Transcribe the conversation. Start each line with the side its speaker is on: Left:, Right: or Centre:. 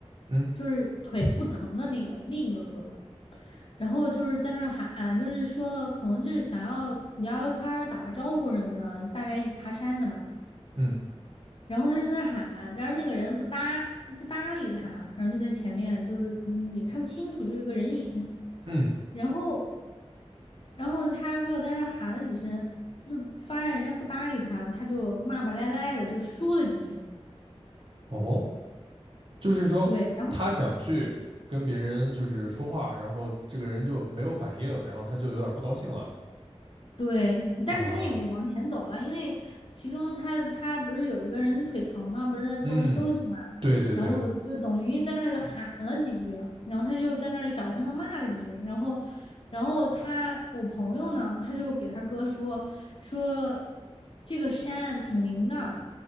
Right: 嗯
Left: 就是腿不疼的那个另一个哥哥，然后就是在那儿喊，就是说可能就是想要聊聊天儿打个招呼什么的，大家一起爬山的嘛。
Right: 嗯
Left: 然后他就在那喊，但是那个人不搭就不搭理他，然后就在前面，就是你你看不清楚，就是一个人影。
Right: 嗯
Left: 然后，然后他哥哥在那喊了几声，就发现人家不搭理他，他就骂骂咧咧的就说了几句。
Right: 哦，就是说他想去跟别人就是说话，
Left: 对，
Right: 然后这个人就没有反应，然后他就有点不高兴了
Left: 对，但是他也没往前走了，
Right: 啊。
Left: 因为其中他他不是有一个人腿疼嘛，不是在坐着休息嘛，
Right: 嗯，对对对，
Left: 然后就等于在那儿喊了几句，然后他就在那儿小声的骂了几句，然后然后他我朋友呢，他就给他哥说说这个山挺灵的，